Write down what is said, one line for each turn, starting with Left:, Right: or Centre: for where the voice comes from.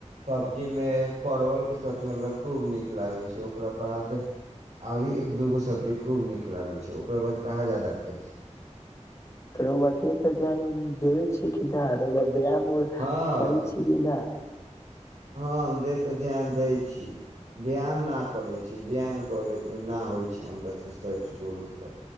Right: सब्जीमे परवलके सब्जी हमरा खूब नीक लागै छै ओकरा बाद आरी एक दूगो सब्जी खूब नीक लागै छै ओकरा बाद कहाँ जादा खाइ छियै
Left: रौआ पेट पर ध्यान देबे छी कीध रह बय म
Right: हँ
Left: कर छल कि न
Right: हँ देह परे ध्यान दै छी व्यायाम न करै छी व्यायाम करैके नहि होइ छै हमरा से सोच बोलू तऽ